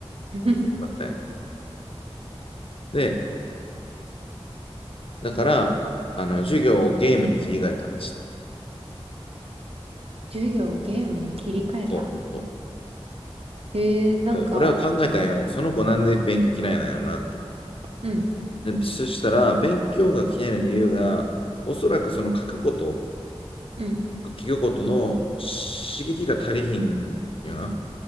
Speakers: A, on the right (about 65°); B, on the left (about 60°).
A: <laughs> うん
B: だったんやで、だから、あの、授業をゲームに切り替えた。し
A: 授業をゲームに切り替えた。
B: そう。そう。
A: ええー、なんか、
B: 俺は考えたんよ。その子なんで勉強嫌いなんやろなって。
A: うん
B: で、そしたら、勉強が嫌いな理由が、おそらくその書くこと、
A: うん
B: 聞くことの刺激が足りひんよな。